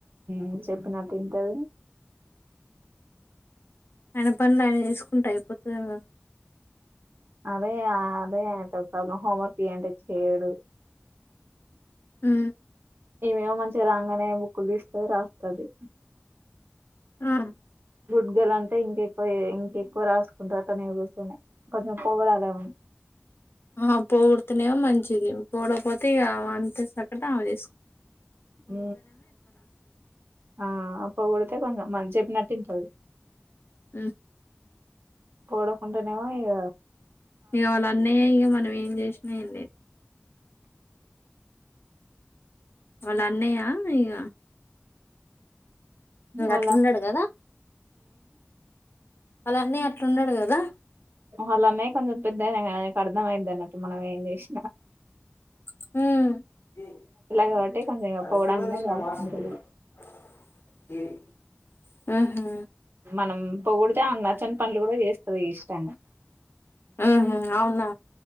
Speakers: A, on the right; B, on the left.
A: మ్ చెప్పినా తింటది.
B: ఆయన పనులు ఆయన చేసుకుంటే, అయిపోతదిగా?
A: అదే అదే ఆయనతోటి ప్రాబ్లం. హోంవర్క్ చెయ్ అంటే చెయడు.
B: హు
A: ఇమేమో మంచిగా రాగానే బుక్కులు తీసుకొని రాస్తుది
B: ఆ
A: కుడ్గాలంటే ఇంకెక్కువ ఇంకెక్కువ రాసుకుంటారట నీ కూర్చొ కొంచెం పోగడాల ఏమని
B: ఆ పోగుడుతునేవాో మంచిది పడపోతే ఇక అంతే చక్కటి ఆమె తీసుకు
A: అ ఆ అప్పు కూడాతే కొంగ మంచి చెప్పినట్టు వింటది
B: ఆ
A: పోడకుండానేమో ఇక
B: ఇక వాళ్ళ అన్నయ్య ఇక మనం ఏం చేసినా ఏం లేదు వాళ్ళు అన్నయ్య ఇక
A: వాళ్ళ
B: అట్లుండడు కదా అలానే అట్లున్నాడు కదా
A: అలానే కొంచెం పెద్దయినా కానికి అర్థమయింది అన్నట్టు మనం ఏం చేసిన
B: <unintelligible>
A: కాబట్టి కొంచెం ఇగ పొగడంగానే రాసుకుంటది
B: ఉహు
A: మనం పొగుడుతే ఆమె నచ్చని పనులు కూడా చేస్తుంది ఇష్టంగా
B: ఉహు అవునా